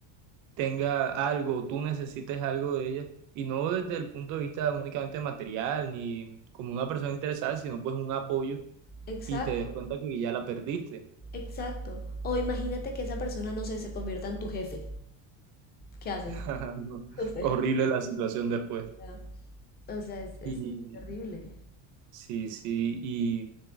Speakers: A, on the right; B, on the left.
A: tenga algo, o tú necesites algo de ella, y no desde el punto de vista únicamente material ni como una persona interesada, sino pues un apoyo
B: Exacto,
A: y te des cuenta que ya la perdiste.
B: exacto. O imagínate que esa persona, no sé, se convierta en tu jefe. ¿Qué haces?
A: <laughs> No,
B: <laughs>
A: Horrible la situación después.
B: O sea, o sea, es, es
A: Y
B: terrible.
A: Sí, sí. ¿Y